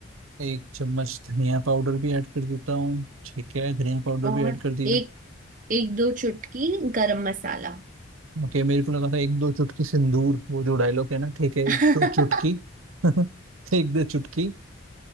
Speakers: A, on the right; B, on the right.
A: एक चम्मच धनिया पाउडर भी ऐड कर देता हूँ ठीक है धनिया पाउडर
B: और
A: भी ऐड कर दिया
B: एक एक दो चुटकी गरम मसाला
A: ओके मेरे को लगा था एक दो चुटकी सिंदूर वो जो डायलॉग है ना ठीक है
B: <laughs>
A: एक
B: हाँ
A: दो चुटकी <laughs> एक दो चुटकी